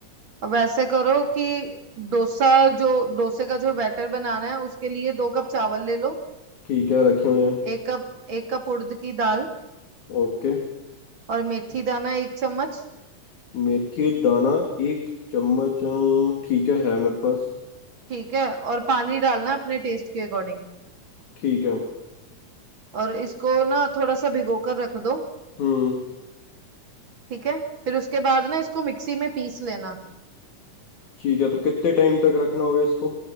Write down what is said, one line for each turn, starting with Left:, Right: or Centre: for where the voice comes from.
Right: अब ऐसे करो कि डोसा जो डोसे का जो बैटर बनाना है उसके लिए दो कप चावल ले लो
Left: ठीक है रखे हुए हैं
Right: एक कप एक कप उड़द की दाल
Left: ओके
Right: और मेथी दाना एक चम्मच
Left: मेथी दाना एक चम्मच अम, ठीक है है मेरे पास
Right: ठीक है और पानी डालना अपने टेस्ट के अकॉर्डिंग
Left: ठीक है
Right: और इसको ना थोड़ा सा भिगो कर रख दो
Left: हम्म
Right: ठीक है फिर उसके बाद ना इसको मिक्सी में पीस लेना
Left: ठीक है तो कितने टाइम तक रखना होगा इसको